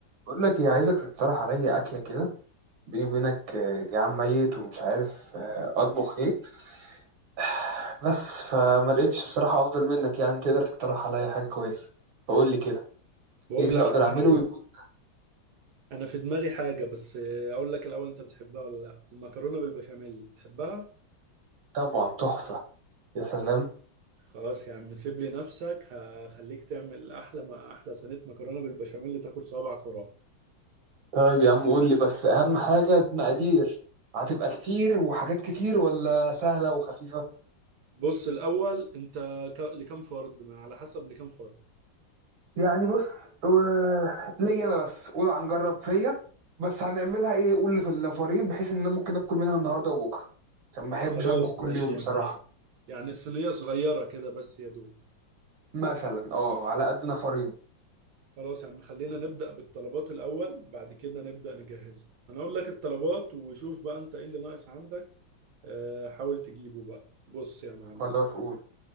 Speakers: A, on the right (about 85°); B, on the right (about 70°).
A: بقول لك ايه عايزك تقترح عليا اكله كده بيني وبينك آه، جعان ميت ومش عارف آه، اطبخ ايه <sighs> بس فما لقيتش بصراحه افضل منك يعني تقدر تقترح عليا حاجه كويسه فقول لي كده
B: بقول
A: ايه اللي
B: لك
A: اقدر
B: أما
A: اعمله
B: انا في
A: ويكون
B: انا في دماغي حاجه بس اقول لك الاول انت بتحبها ولا لا المكرونه بالبشاميل بتحبها
A: طبعا تحفه يا سلام
B: خلاص يا عم سيب لي نفسك هخليك تعمل احلى ما احلى صينيه مكرونه بالبشاميل اللي تاكل صوابعك وراها
A: طيب يا عم قول لي بس اهم حاجه المقادير هتبقى كتير وحاجات كتير ولا سهله وخفيفه
B: بص الاول انت ك... لكام فرد ما على حسب لكام فرد
A: يعني بص آه، ليا انا بس قول هنجرب فيا بس هنعملها ايه قول لي في النفرين بحيث ان انا ممكن اكل منها النهارده وبكره عشان ما بحبش
B: خلاص
A: اطبخ كل
B: ماشي
A: يوم
B: يعني
A: بصراحه
B: يعني الصينيه صغيره كده بس يا دوب
A: مثلا اه على قد نفرين
B: خلاص يا عم خلينا نبدا بالطلبات الاول بعد كده نبدا نجهزها انا اقول لك الطلبات وشوف بقى انت ايه اللي ناقص عندك آه، حاول تجيبه بقى بص يا معلم
A: خلاص قول